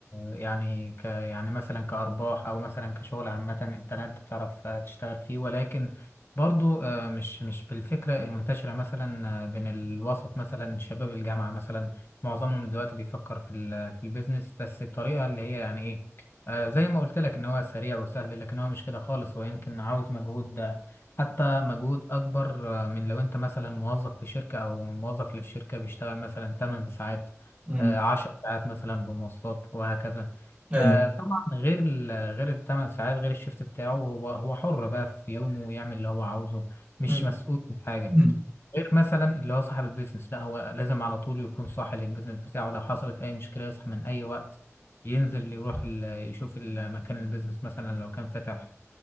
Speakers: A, on the left (about 50°); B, on the right (about 25°).
A: يعني ك يعني مثلا كأرباح أو مثلا كشغل عامة أنت لا أنت تعرف تشتغل فيه ولكن برضو آه، مش مش بالفكرة المنتشرة مثلا آه، بين الوسط مثلا شباب الجامعة مثلا معظمهم دلوقتي بيفكر في ال- في البيزنس بس بطريقة اللي هي يعني إيه آه، زي ما قلت لك إن هو سريع وسهل لكن هو مش كده خالص هو يمكن عاوز مجهود حتى مجهود أكبر آه، من لو أنت مثلا موظف في شركة أو موظف اللي في شركة بيشتغل مثلا 8 ساعات
B: امم
A: آه، 10 ساعات مثلا بمواصلات وهكذا
B: ايوه
A: فطبعا غير ال غير الثمان ساعات غير الشيفت بتاعه هو هو حر بقى في يومه ويعمل اللي هو عاوزه مش
B: امم
A: مسؤول من حاجة
B: امم
A: غير مثلا اللي هو صاحب البيزنس لا هو لازم على طول يكون صاحي للبيزنس بتاعه لو حصلت اي مشكله يصحى من اي وقت ينزل يروح ال- يشوف ال- مكان البيزنس مثلا لو كان فاتح